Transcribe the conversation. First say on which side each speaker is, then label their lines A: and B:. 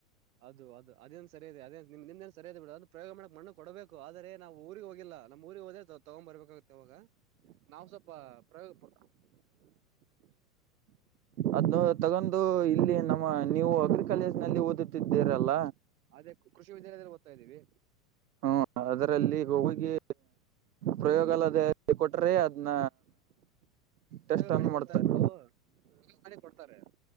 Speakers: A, on the right; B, on the right.
A: ಅದು ಅದು ಅದೇನ್ ಸರಿ ಇದೆ ಅದೇ ನಿಮ್ಮಎನ್ ಸರಿಯ ಬಿಡ ಅ ಪ್ರಯೋಗ ಮಾಡಕ್ ಮಣು ಕೊಡಬೇಕ ಆದ್ರ ನಾವು ಊರಿಗೆ ಹೋಗಿಲ್ಲ ನಮ್ಮ ಊರಿಗೆ ಹದ ತಗೊಂಬಬೇಕಾಗತ್ತತ ನಾವು ಸ್ವಲ್ಪ ಪ್ರಯೋಗ ಪಡ್
B: ಅದ್ ತಗೊಂಡು ಇಲ್ಲಿ ನಮ್ಮ ನೀವು ಅಗ್ರಿಕಲ್ರ್ ನಲ್ಲಿ ಓದುತ್ತಿದ್ದೀರಲ್ಲ
A: ಅದೇ ಕೃಷಿ ವಿದ್ಯಾಲಯದಲ್ಲಿ ಓದತಾ ಇದ್ದೀವಿ
B: ಹ್ಮ ಅದರಲ್ಲಿ ಹೋಗಿಗೆ ಪ್ರಯೋಗಾಲದ ಕೊಟ್ರೆ ಅದನ್ನ
A: ಪ್ರಯೋಗ
B: ಟೆಸ್ಟ್
A: ಮಾಡಿ
B: ಅನ್ನು
A: ಕೊಡ್ತಾರೆ
B: ಮಾಡ್ತಾರೆ
A: ಬಿಡು ಪ್ರೋಗ ಮಾಡಿ ಕೊಡ್ತಾರೆ